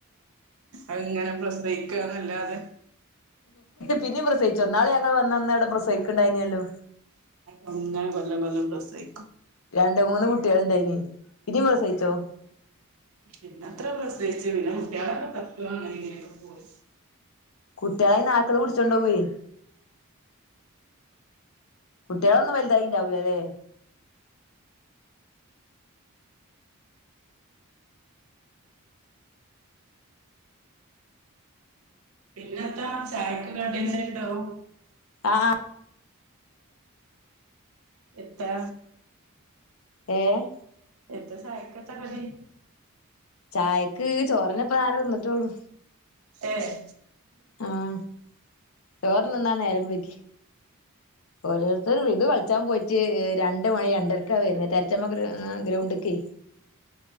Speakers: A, on the right (about 75°); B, on the left (about 70°).
A: അഹ് ഇങ്ങനെ പ്രസവിക്കന്നല്ലാതെ
B: പിന്നെയും പ്രസവിച്ചോ ഇന്നാള് ഞങ്ങൾ വന്നന്ന അവ്ടെ പ്രസവിക്കണ്ടായിനല്ലോ
A: അത്ങ്ങനെ കൊല്ലം കൊല്ലം പ്രസവിക്കും
B: രണ്ടു മൂന്ന് കുട്ടികള് ഇണ്ടായിനി. പിന്നിം പ്രസവിച്ചോ?
A: പിന്നത്ര പ്രസവിച്ചുള്ളു പിന്നെ കുട്ടികളൊക്കെ ചത്തു അങ്ങനെ ഇങ്ങനെക്കെ പോയി
B: കുട്ട്യോളെ ഈ നായ്ക്കള് പിടിച്ചോണ്ടവേയ് കുട്ടികളൊന്നും വലുതായിണ്ടാവില്ലല്ലെ
A: പിന്നെത്ത ചായക്ക് കടി എന്തേലും ഉണ്ടാവും
B: ആഹ്
A: എത്താ
B: ഏഹ്
A: എന്ത ചായക്കെത്ത കടി
B: ചായക്ക് ചോറെന്നെപ്പന്നാരെ തിന്ന്ട്ടൊള്ളൂ
A: ഏഹ്
B: ആഹ് ചോറ് ത്ന്നാൻ നേരം വൈകി ഓരോരുത്തർ ഇത് കളിച്ചാൻ പോയിട്ട് രണ്ട് മണി രണ്ടരക്കാ വരുന്ന തര്ച്ചമ്മ <unintelligible> ഗ്രൗണ്ട്ക്കെയ്